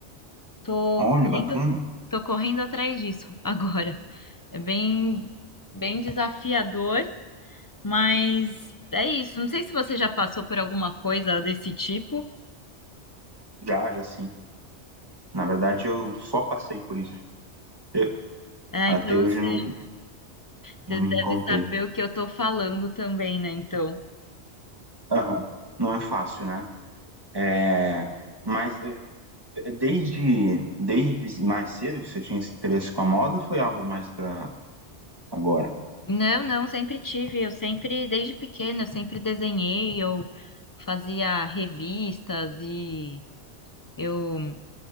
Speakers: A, on the left (about 25°); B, on the right (about 20°).
A: Tô
B: Olha,
A: correndo,
B: bacana.
A: tô correndo atrás disso <laughs> agora. É bem, bem desafiador, mas é isso. Não sei se você já passou por alguma coisa desse tipo.
B: Já, já sim. Na verdade, eu só passei por isso. Eu-
A: É,
B: até
A: então
B: hoje
A: você
B: eu não,
A: Você
B: não me
A: deve
B: encontrei.
A: saber o que eu tô falando também, né? Então.
B: Aham. Não é fácil, né? É, mas Desde, desde mais cedo que você tinha esse interesse com a moda, ou foi algo mais para agora?
A: Não, não, sempre tive. Eu sempre, desde pequena, eu sempre desenhei, eu fazia revistas e eu